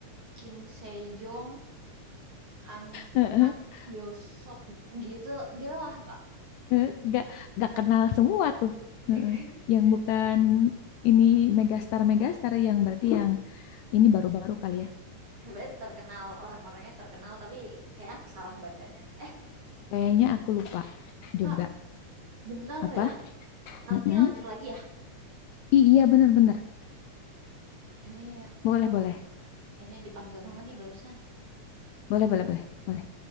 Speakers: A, on the right; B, on the left.
A: Kim Sejong, An
B: <laughs>
A: An Hyosop gitu gitulah Kak.
B: Eh, nggak nggak kenal semua tuh
A: <laughs>
B: Heeh. yang bukan ini megastar megastar yang berarti yang ini baru-baru kali ya
A: Hebat terkenal orang-orangnya terkenal tapi kayak aku salah bacanya. Eh,
B: kayaknya aku lupa juga
A: Kak, bentar
B: apa
A: ya. Nanti
B: Mm-mm.
A: lanjut lagi ya.
B: I- iya benar-benar
A: Ini
B: boleh
A: mau
B: boleh
A: ini dipanggil mama nih barusan.
B: boleh boleh boleh boleh